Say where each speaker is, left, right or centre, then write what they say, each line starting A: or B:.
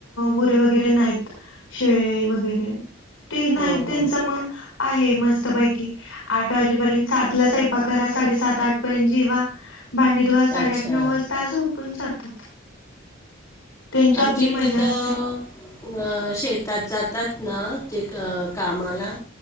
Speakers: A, on the left; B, on the left.
A: गुरे वगैरे नाहीत शेळे वगैरे ते नाही
B: हम्म
A: त्यांच
B: हम्म
A: मग आहे मस्त आठ वाजर्यंत सात करा सा सात आठ पर्यंत जेवा भां बुधवा साडेआठ
B: अच्छा.
A: नऊ वाजता आज झपून जातात त्यांची
B: आमच्या
A: आपली
B: इकडे
A: मजा
B: तर
A: असते
B: शेतात जातात ना जे कामाला